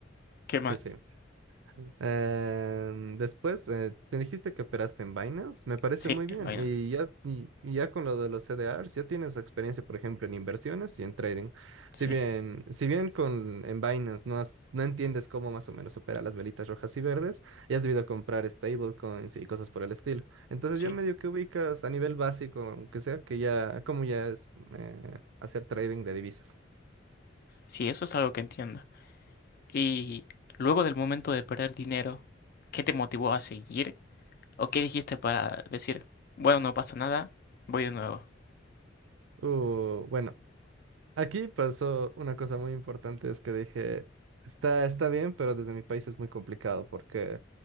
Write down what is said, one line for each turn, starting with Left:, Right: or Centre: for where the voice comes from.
Left: qué mal.
Right: Sí, sí. Em, después, eh, te dijiste que operaste en Binance, me parece
Left: Sí,
Right: muy
Left: en
Right: bien.
Left: Binance.
Right: Y ya, y, y ya con lo de los CDRs, ya tienes experiencia, por ejemplo, en inversiones y en trading.
Left: Sí,
Right: Si bien, si bien con, en Binance no, has- no entiendes cómo más o menos opera las velitas rojas y verdes, ya has debido comprar stablecoins y cosas por el estilo. Entonces
Left: sí.
Right: ya medio que ubicas a nivel básico, aunque sea que ya, como ya es eh, hacer trading de divisas.
Left: Sí, eso es algo que entiendo. Y luego del momento de perder dinero, ¿qué te motivó a seguir? ¿O qué dijiste para decir, bueno, no pasa nada, voy de nuevo?
Right: Uh, bueno, Aquí pasó una cosa muy importante, es que dije, está, está bien, pero desde mi país es muy complicado porque